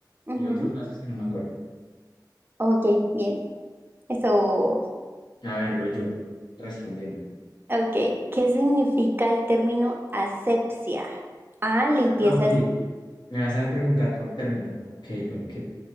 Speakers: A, on the right; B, on the left.
A: ujú.
B: y otros gases que no me acuerdo.
A: Ok, bien. Eso.
B: A ver, voy yo respondiendo.
A: Ok, ¿qué significa el término asepsia? Ah, limpieza.
B: Ah, ok.
A: es-
B: Me vas a preguntar por términos. Ok, ok.